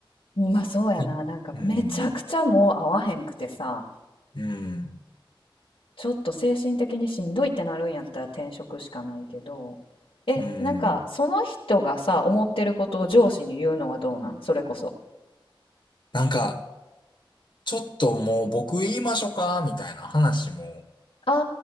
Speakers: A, on the left (about 85°); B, on the left (about 60°).
A: まあそうやな、
B: ねうん。
A: なんかめちゃくちゃもう会わへんくてさ、
B: うん。
A: ちょっと精神的にしんどいってなるんやったら転職しかないけど、え、
B: うん。
A: なんかその人がさ、思ってることを上司に言うのはどうなんそれこそ。
B: なんか、ちょっともう僕言いましょうかみたいな話も、
A: あ